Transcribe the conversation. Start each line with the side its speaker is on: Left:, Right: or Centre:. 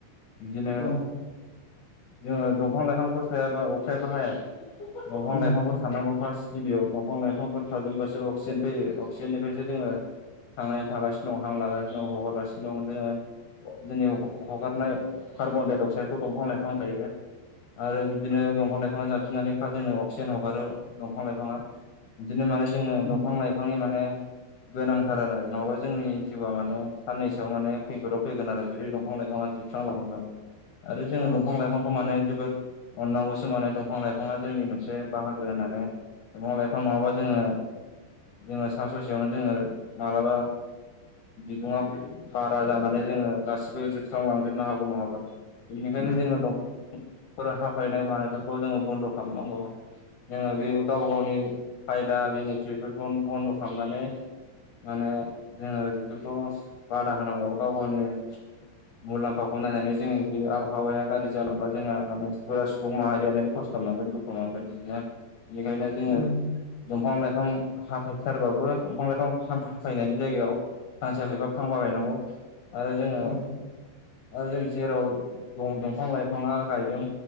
Left: बिदिनो
Centre: औ
Left: जोङो दंफां लाइफांफोर थायाबा अखायाबो हाया दंफां
Centre: उम
Left: लाइफांफोर थानांगौ फारस गिबियाव दंफां लाइफांफोर थाजेनबासो अक्सिजेन फैयो अक्सिजेननिफ्रायसो जोङो थांनानै थागासिनो दं हां लागासिनो दं हगारगासिनो दं जोङो जोंनि हगारनाय कार्बनडाय अक्साइदखौ दंफां लाइफाङ जायो आरो बिदिनो दंफां लाइफाङा जाफिननानै जोंनो अक्सिजेन हगारो दंफां लाइफाङा बिदिनो माने जोङो
Centre: उम
Left: दंफां लाइफांनि माने गोनांथार आरो नङाबा जोंनि जिउआ माने साननैसोआव माने खैफोदाव फैगोन आरो बिदि दंफां लााय दंफाया जोबस्रांलायोबा आरो जोङो
Centre: औ
Left: दं बिफां लाइफांखौ माने जोबोद अननांगौसो माने दंफां लाइफाङा जोंनि मोनसे बाहागो होननानै बिफां लाइफां नङाबा जोङो जोङो सा ससेयावनो जोङो माब्लाबा बिदुंया भारा जानानै जोङो गासिबो जोबस्रां लांजोबनो हागौ नङाबा बेनिखायनो
Centre: उम
Left: जोङो फोर हाफायनाय मानायफोरखौ जोङो बन्द' खालामनांगौ जोङो बे गावबा गावनि खायदा बेनिफिटफोरखौ बन्द' खालामनानै माने जोङो बेफोरखौ बादा होनांगौ गाव गावनि मुलाम्फाखौ नायनानै जोङो बेयो आबहावाया गारि जालांबा जोंहा माने सुबुं माहारियानो खस्थ' मोनांगोन दुखु मोनांगोन बिदिनो बेनिखायनो जोङो
Centre: उम
Left: दंफां लाइफां हाफायथारबाबो दंफां लाइफां हाफायनायनि जायगायाव फांसे हाबाया फांबा गायनांगौ। आरो जोङो
Centre: औ
Left: आरो जों जेराव दंफां लाइफां बिफाङा गायदों